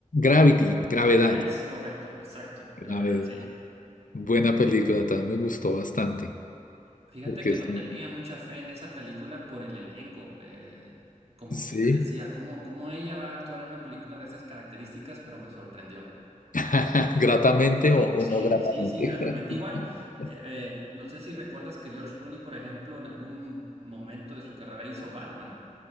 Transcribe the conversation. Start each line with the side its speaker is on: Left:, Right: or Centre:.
Left: Gravity, Gravedad,
Right: Es correcto, exacto,
Left: Gravedad.
Right: Gravedad, sí.
Left: Buena película, también me gustó bastante.
Right: Fíjate
Left: Porque
Right: que
Left: son
Right: no tenía mucha fe en esa película por el elenco. eh, como
Left: sí.
Right: que yo decía, ¿cómo, cómo ella va a actuar en una película de esas características? Pero me sorprendió.
Left: <laughs> Gratamente o, o
Right: Sí,
Left: no gratamente.
Right: sí, sí, gratamente.
Left: <laughs>
Right: Igual, eh, no sé si recuerdas que George Clooney, por ejemplo, en algún momento de su carrera hizo Batman